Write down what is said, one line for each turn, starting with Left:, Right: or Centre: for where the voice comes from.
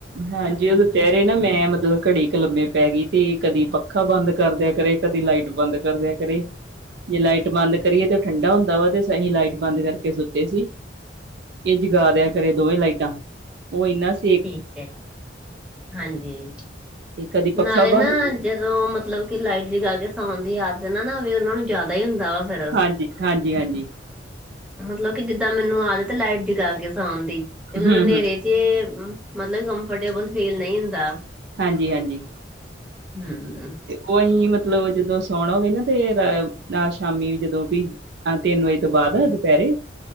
Right: ਹਾਂਜੀ ਦੁਪਹਿਰੇ ਨਾ ਮੈਂ ਮਤਲਬ ਘੜੀ ਕੁ ਲੰਮੇ ਪੈ ਗਈ ਤੀ, ਕਦੀ ਪੱਖਾ ਬੰਦ ਕਰਦਿਆ ਕਰੇ ਕਦੀ ਲਾਈਟ ਬੰਦ ਕਰਦਿਆ ਕਰੇ, ਜੇ ਲਾਈਟ ਬੰਦ ਕਰੀਏ ਤੇ ਠੰਡਾ ਹੁੰਦਾ ਵਾ, ਤੇ ਸਹੀ ਲਾਈਟ ਬੰਦ ਕਰਕੇ ਸੁੱਤੇ ਸੀ‌। ਇਹ ਜਗ੍ਹਾ ਦਿਆ ਕਰੇ ਦੋਵੇਂ ਲਾਈਟਾਂ। ਉਹ ਇੰਨਾ ਸ-
Centre: ਠੀਕ ਐ। ਹਾਂਜੀ,
Right: ਤੇ ਕਦੀ ਪੱਖਾ
Centre: ਨਾਲੇ ਨਾ
Right: ਬੰਦ
Centre: ਜਦੋਂ ਮਤਲਬ ਕਿ ਲਾਈਟ ਜਗਾ ਕੇ ਸਾਉਣ ਦੀ ਆਦਤ ਨਾ-ਨਾ ਹੋਵੇ, ਉਹਨਾ ਨੂੰ ਜਿਆਦਾ ਹੀ ਹੁੰਦਾ ਵਾ ਫਿਰ
Right: ਹਾਂਜੀ, ਹਾਂਜੀ-ਹਾਂਜੀ।
Centre: ਮਤਲਬ ਕਿ ਜਿੱਦਾਂ ਮੈਨੂੰ ਆਦਤ ਏ ਲਾਈਟ ਜਗਾ ਕੇ ਸਉਣ ਦੀ, ਤੇ ਮੈਨੂੰ
Right: ਹੂੰ
Centre: ਹਨੇਰੇ
Right: ਹੂੰ
Centre: ਚ- ਤੇ, ਮਤਲਬ ਕੰਫਟੇਬਲ ਫੀਲ ਨਹੀਂ ਹੁੰਦਾ।
Right: ਹਾਂਜੀ-ਹਾਂਜੀ।
Centre: ਹਮ
Right: ਉਹੀ ਮਤਲਬ ਜਿਦਾ‌ ਸਾੜੋਗੇ ਨਾ ਤੇ ਅ ਅ ਸ਼ਾਮੀ ਜਦੋਂ ਵੀ ਹਾਂ ਤਿੰਨ ਵਜੇ ਤੋਂ ਬਾਅਦ ਆ ਦੁਪਹਿਰੇ,